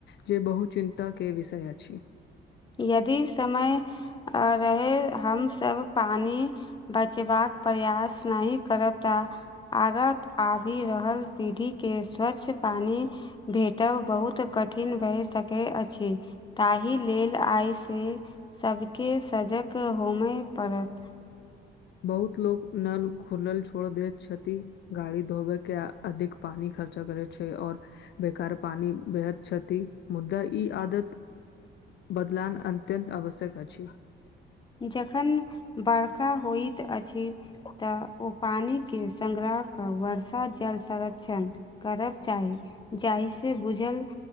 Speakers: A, on the left; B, on the left.
A: जे बहु चिन्ताके विषय अछि
B: यदि समय रहे हमसब पानि बचबाक प्रयास नहि करब त आगाँ आबि रहल पीढ़ीके स्वच्छ पानि भेटब बहुत कठिन भए सकैत अछि ताहि लेल आइसँ सभके सजग होमय पड़त
A: बहुत लोको नल खुलल छोड़ दैत छथि गाड़ी धोबे के अधिक पानि खर्चा करै छै आओर बेकार पानी बेहद छथिति मुद्दा ई आदत बदलान अत्यन्त आवश्यक अछि
B: जखन बर्का होइत अछि तऽ ओ पानी के संगग्रह कऽ वर्षा जल संरक्षण करब चाही जाहिसँ बुझल